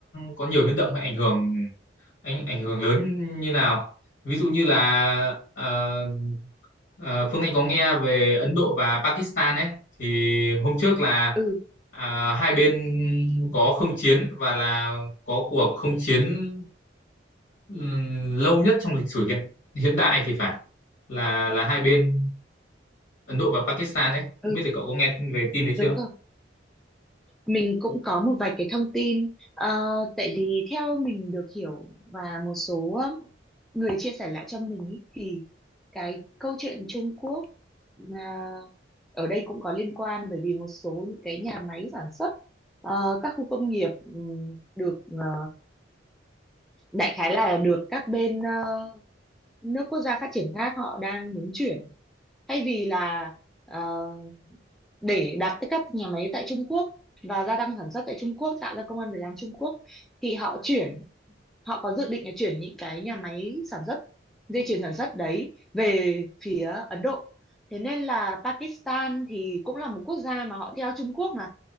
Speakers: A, on the left; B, in the centre.
A: có nhiều biến động hay ảnh hưởng ảnh ảnh hưởng lớn như nào ví dụ như là ờ, Ờ, Phương Anh có nghe về Ấn Độ và Pakistan ấy thì hôm trước là
B: ừ
A: à, hai bên có không chiến và là có cuộc không chiến ừm, lâu nhất trong lịch sử hiện hiện đại thì phải là là hai bên Ấn Độ và Pakistan ấy
B: ừ
A: không biết thì cậu có nghe về tin đấy
B: đúng
A: chưa?
B: rồi Mình cũng có một vài cái thông tin Ờ, tại vì theo mình được hiểu và một số ờ, người chia sẻ lại cho mình ý, thì cái câu chuyện Trung Quốc là ở đây cũng có liên quan bởi vì một số những cái nhà máy sản xuất ờ, các khu công nghiệp ừm, được ờ, đại khái là được các bên ờ, nước quốc gia phát triển khác họ đang muốn chuyển thay vì là ờ, để đặt tới các nhà máy tại Trung Quốc và gia tăng sản xuất tại Trung Quốc tạo ra công ăn việc làm Trung Quốc thì họ chuyển họ có dự định là chuyển những cái nhà máy sản xuất dây chuyền sản xuất đấy về phía Ấn Độ thế nên là Pakistan thì cũng là một quốc gia mà họ theo Trung Quốc mà